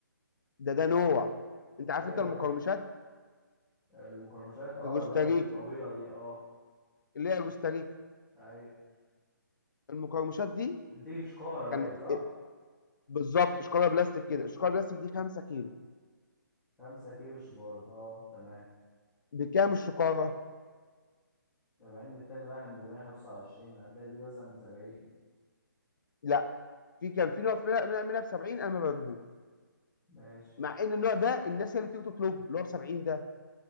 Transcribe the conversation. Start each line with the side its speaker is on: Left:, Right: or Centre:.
Left: ده ده نوع انت عارف
Centre: ايوه
Left: انت المقرمشات
Centre: اه المقرمشات اه
Left: الروستاريكا
Centre: اللي هي الطويله دي اه
Left: اللي هي روستاريكا
Centre: ايوه
Left: المقرمشات دي
Centre: بتيجي شكاره باين
Left: كانت
Centre: صح
Left: إيه؟ بالظبط شكاره بلاستيك كده الشكاره بلاستيك دي 5 كيلو
Centre: 5 كيلو شكاره اه تمام
Left: بكام الشكاره؟
Centre: بما ان التاني بقى كان ب 125 هتلاقي دي مثلا ب 70
Left: لا في كان في نوع فيها- منها منها ب 70 انا ما بجيبوش
Centre: ماشي
Left: مع ان النوع ده الناس هي اللي بتيجي تطلبه اللي هو ب 70 ده